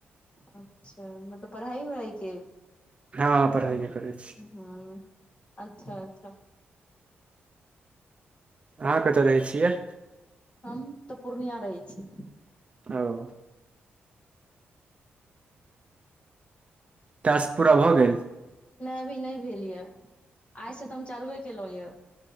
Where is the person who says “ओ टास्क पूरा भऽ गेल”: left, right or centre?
Right